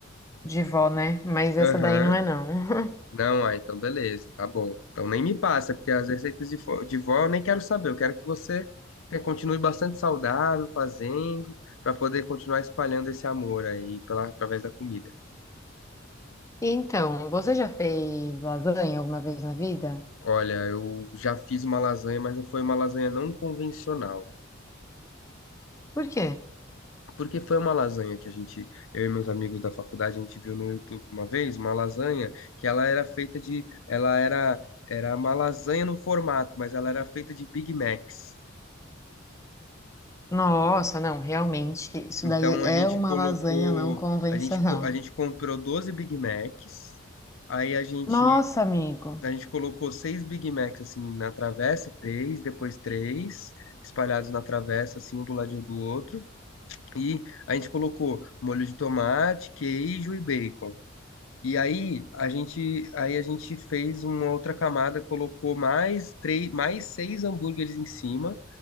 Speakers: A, on the left; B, on the left.
A: de vó, né? Mas essa
B: Aham.
A: daí não é, não. <laughs>
B: Não, ah, então beleza, tá bom. Então nem me passa, porque as receitas de, fo- de vó eu nem quero saber. Eu quero que você tenha- continue bastante saudável, fazendo, para poder continuar espalhando esse amor aí pela, através da comida.
A: Então, você já fez lasanha alguma vez na vida?
B: Olha, eu já fiz uma lasanha, mas foi uma lasanha não convencional.
A: Por quê?
B: Porque foi uma lasanha que a gente, eu e meus amigos da faculdade, a gente viu no YouTube uma vez, uma lasanha que ela era feita de, ela era, era uma lasanha no formato, mas ela era feita de Big Macs.
A: Nossa, não, realmente, isso
B: Então
A: daí é
B: a gente
A: uma
B: colocou,
A: lasanha não convencional.
B: a gente, co- a gente comprou 12 Big Macs, aí a gente,
A: Nossa, amigo,
B: a gente colocou seis Big Macs assim na travessa, três, depois três, espalhados na travessa, assim, um do ladinho do outro. E a gente colocou molho de tomate, queijo e bacon. E aí a gente, aí a gente fez uma outra camada, colocou mais três, mais seis hambúrgueres em cima,